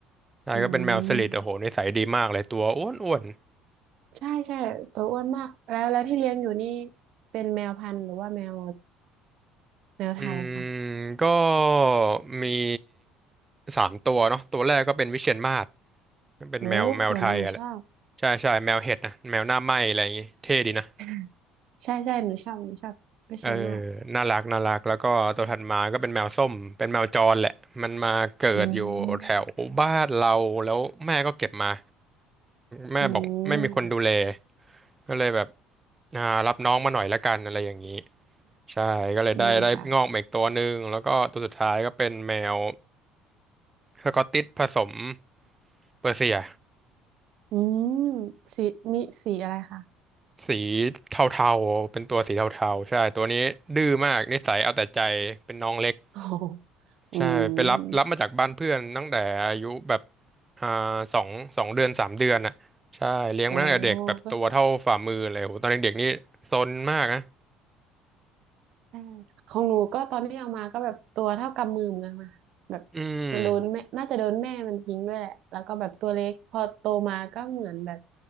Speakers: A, on the right; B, on the right.
A: นายก็เป็นแมวสลิดโอ้โหนิสัยดีมากเลยตัวอ้วนอ้วน
B: อืมใช่ใช่ตัวอ้วนมาก แล้วแล้วที่เลี้ยงอยู่นี่เป็นแมวพันธุ์หรือว่าแมวแมวไทยค่ะ
A: อืมก็มีสามตัวเนาะตัวแรกก็เป็นวิเชียรมาศเป็นแมวแมวไทยอะแหละ
B: โอ้สวยนะหนูชอบ
A: ใช่ใช่แมวเห็ดนะแมวหน้าไหม้อะไรอย่างงี้เท่ดีนะ
B: <laughs> ใช่ใช่หนูชอบหนูชอบวิเชียรมาก
A: เออน่ารักน่ารักแล้วก็ตัวถัดมาก็เป็นแมวส้มเป็นแมวจรแหละมันมาเกิดอยู่แถวบ้านเราแล้วแม่ก็เก็บมา
B: อืม
A: แม่บอกไม่มีคนดูแล
B: อืม
A: ก็เลยแบบอ่ารับน้องมาหน่อยละกันอะไรอย่างนี้ใช่ก็เลยได้ได้งอกมาอีกตัวหนึ่งแล้วก็ตัวสุดท้ายก็เป็นแมว
B: ดีค่ะ
A: สกอตติชผสมเปอร์เซีย
B: อืมสีมีสีอะไรคะ
A: สีเทาๆเป็นตัวสีเทาๆใช่ตัวนี้ดื้อมากนิสัยเอาแต่ใจเป็นน้องเล็ก
B: <laughs> โอ้โหอื
A: ใช่ไปรับรับมาจากบ้านเพื่อนตั้งแต่อายุแบบ
B: ม
A: อ่าสองสองเดือนสามเดือนอ่ะใช่เลี้ยงมาตั้งแต่เด็กแบบตัวเท่าฝ่ามือเลยโหตอนเด็กๆนี่ซนมากนะ
B: โอ้ ใช่ของหนูก็ตอนที่เอามาก็แบบตัวเท่ากำมือมึงอะค่ะแบบ
A: อืม
B: มันโดนแม่น่าจะโดนแม่มันทิ้งด้วยแหละแล้วก็แบบตัวเล็กพอโตมาก็เหมือนแบบ